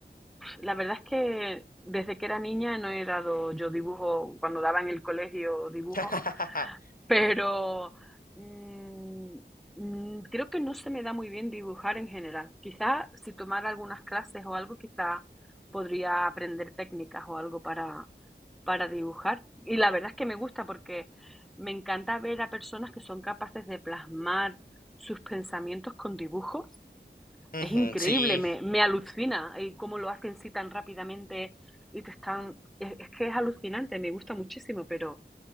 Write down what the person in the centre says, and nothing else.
La verdad es que desde que era niña no he dado yo dibujo, cuando daba en el colegio dibujo,
pero mm, mm, creo que no se me da muy bien dibujar en general. Quizás si tomara algunas clases o algo, quizás podría aprender técnicas o algo para, para dibujar. Y la verdad es que me gusta porque me encanta ver a personas que son capaces de plasmar sus pensamientos con dibujos es
increíble,
me, me alucina y cómo lo hacen sí tan rápidamente y te están... Es, es que es alucinante, me gusta muchísimo, pero